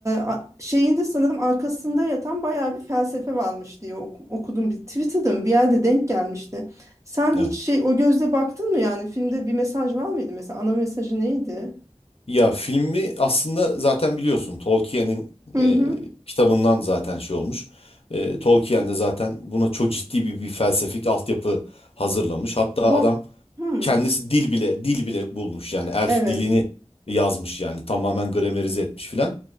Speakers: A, on the right (about 30°); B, on the left (about 60°).
A: a- şeyinde sanırım arkasında yatan bayağı bir felsefe varmış diye oku- okudum. Bir, Twitter'da mı bir yerde denk gelmişti. Sen hiç
B: Evet.
A: şey o gözle baktın mı yani? Filmde bir mesaj var mıydı mesela? Ana mesajı neydi?
B: Ya filmi aslında zaten biliyorsun Tolkien'in
A: Hı
B: e,
A: hı.
B: kitabından zaten şey olmuş. E, Tolkien de zaten buna çok ciddi bir, bir felsefik altyapı hazırlamış. Hatta
A: Bu
B: adam
A: hı.
B: Kendisi dil bile dil bile bulmuş yani elf
A: Evet.
B: dilini yazmış yani tamamen gramerize etmiş filan.